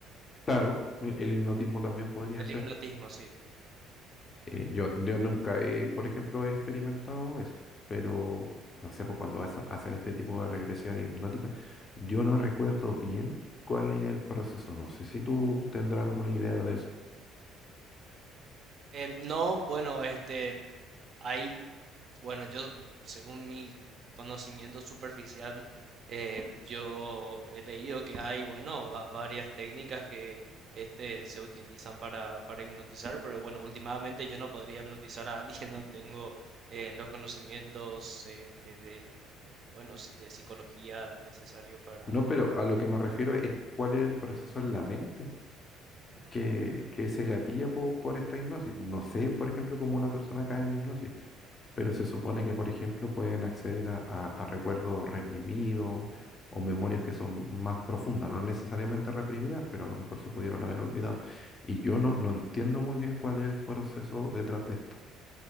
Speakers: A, on the left; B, on the right.
A: claro, e, el hipnotismo también podría
B: El
A: ser.
B: hipnotismo, sí.
A: Eh, yo, yo nunca he, por ejemplo, he experimentado eso, pero no sé, pues cuando es- hacen este tipo de regresión hipnótica, yo no recuerdo bien cuál es el proceso. No sé si tú tendrás alguna idea de eso.
B: Eh, no, bueno, este, ahí, bueno, yo, según mi conocimiento superficial, eh, yo he leído que hay, bueno, va- varias técnicas que este, se utilizan para, para hipnotizar, pero bueno, últimamente yo no podría hipnotizar a alguien, <laughs> no tengo eh, los conocimientos este, bueno, sí, de psicología necesario para...
A: No, pero a lo que me refiero es cuál es el proceso en la mente. que, que se gatilla po- por esta hipnosis. No sé, por ejemplo, cómo una persona cae en hipnosis, pero se supone que, por ejemplo, pueden acceder a, a- a recuerdos reprimidos o memorias que son más profundas, no necesariamente reprimidas, pero a lo mejor se pudieron haber olvidado. Y yo no, no entiendo muy bien cuál es el proceso detrás de esto.